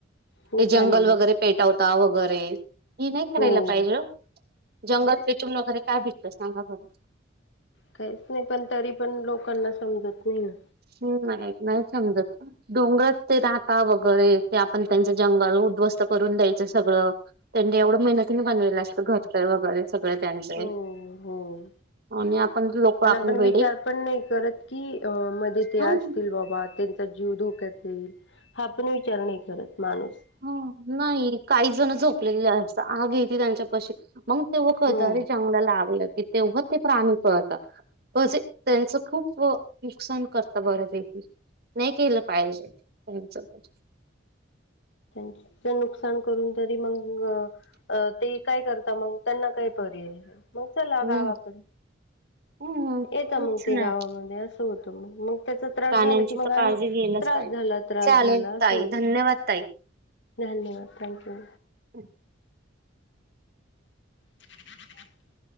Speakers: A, on the left; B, on the right.
A: खूप
B: ते जंगल
A: हानी बसते
B: वगैरे पेटावता वगैरे ही नाही
A: हो
B: करायला पाहिजे ओ जंगल पेटवून वगैरे काय भेटतं सांगा बरं
A: काहीच नाही पण तरी पण लोकांना समजत नाही ना
B: हो ना नाही नाही समजत नाही. डोंगर ते राहता वगैरे ते आपण त्यांचं जंगल उद्ध्वस्त करून द्यायचं सगळं त्यांनी एवढं मेहनतीने बनवेलं असतं घरं वगैरे सगळे त्यांच ये
A: हो हो
B: आणि आपण लोक आपले
A: आणि विचार
B: वेडे
A: आपण नाही करत की अ मध्ये ते
B: हं
A: असतील बाबा त्यांचा जीव धोक्यात येईल. हा आपण विचार नाही करत माणूस
B: हा नाही काही जण झोपलेली असता आग येती त्यांच्या पाशी मग तेव्हा कळतं
A: हो
B: अरे जंगलाला आग लागली की तेव्हा ते प्राणी पळता. म्हजे त्यांचं खूप नुकसान करता बऱ्यापैकी नाही केलं पाहिजे त्यांच तर
A: त्यांच नुकसान करून तरी मग अ ते काय करता मग त्यांना काय पर्याय ये मग चला
B: हम्म
A: गावाकडे
B: हो
A: येता
B: तेच
A: मग ते
B: ना
A: गावामध्ये असं होतं मग मग त्याचा त्रास
B: प्राण्यांची
A: झाला की मग
B: तर काळजी
A: आणि
B: घ्यायलाच
A: त्रास
B: पाहिजे
A: झाला त्रास
B: चालेल
A: झाला अस
B: ताई
A: होत.
B: धन्यवाद ताई
A: धन्यवाद थँक्यू.
B: <unintelligible>
A: <inaudible>